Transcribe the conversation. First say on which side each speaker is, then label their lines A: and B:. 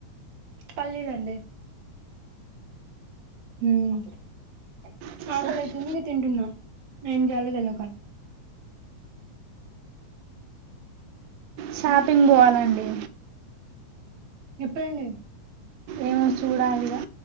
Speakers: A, on the right; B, on the right.
A: పల్లీలండి హమ్
B: అవునా
A: అక్కలైతుంది తింటున్నా ఏం జేయ్యాలోతేలిక
B: షాపింగ్ పోవాలండి
A: ఎప్పుడండి
B: ఏమో చూడాలిగా